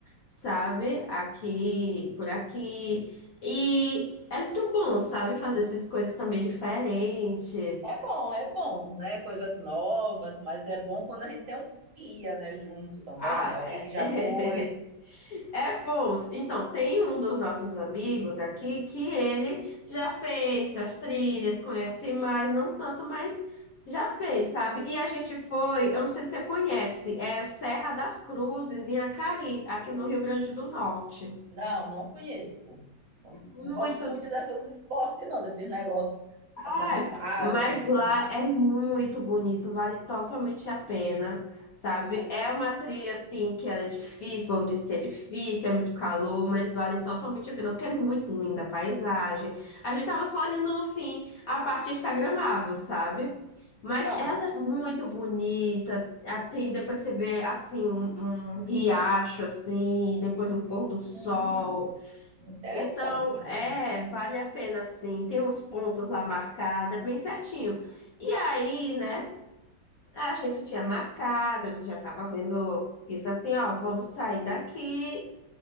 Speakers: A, on the left (about 65°); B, on the right (about 75°).
A: sabe? Aqui, por aqui. E é muito bom, sabe, fazer essas coisas também diferentes.
B: É bom, é bom, né? Coisas novas, mas é bom quando a gente tem um guia, né, junto também,
A: Ah,
B: né? Alguém
A: é.
B: que já
A: <laughs>
B: foi.
A: É, pô, então, tem um dos nossos amigos aqui que ele já fez as trilhas, conhece mais, não tanto, mas já fez, sabe? E a gente foi, eu não sei se você conhece, é Serra das Cruzes, em Acari, aqui no Rio Grande do Norte.
B: Não, não conheço. Não,
A: Muito
B: não gosto muito dessas esportes, não, desses negócios,
A: Ah,
B: acampar,
A: mas
B: essas coisas,
A: lá
B: não.
A: é muito bonito, vale totalmente a pena, sabe?
B: Imagina.
A: É uma trilha assim que ela é difícil, o povo diz que é difícil, é muito calor, mas vale totalmente a pena, porque é muito linda a paisagem. A gente tava só olhando no fim a parte instagramável, sabe? Mas
B: Tá.
A: ela é muito bonita, ah, tem depois você vê assim um, um riacho assim, depois um pôr do sol.
B: Hum, interessante
A: Então,
B: mesmo.
A: é, vale a pena sim. Tem uns pontos lá marcados, é bem certinho. E aí, né, a gente tinha marcado, a gente já tava vendo isso assim, ó, vamos sair daqui